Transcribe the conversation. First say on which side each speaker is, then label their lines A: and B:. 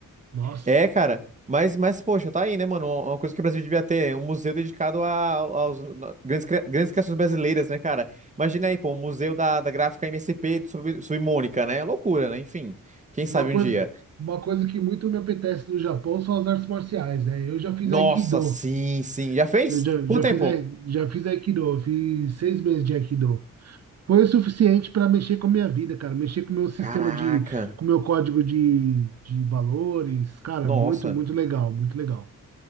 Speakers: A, on the right; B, on the right.
A: Nossa.
B: É, cara. Mas, mas, poxa, tá aí, né, mano? Uma uma coisa que o Brasil devia ter, um museu dedicado a, aos na- grandes, cria- grandes criações brasileiras, né, cara? Imagina aí, pô, um museu da, da gráfica MSP de Sub, Submônica, né? É Loucura, né? Enfim, quem sabe
A: Uma coisa,
B: um dia.
A: uma coisa que muito me apetece no Japão são as artes marciais, né? Eu já fiz
B: Nossa,
A: Aikido.
B: sim, sim. Já fez?
A: Eu já, já
B: Quanto
A: fiz,
B: tempo?
A: ai- já fiz Aikido. Eu fiz seis meses de Aikido. Foi o suficiente para mexer com a minha vida, cara. Mexer com o meu sistema
B: Caraca.
A: de, com o meu código de, de valores. Cara,
B: Nossa.
A: muito, muito legal, muito legal.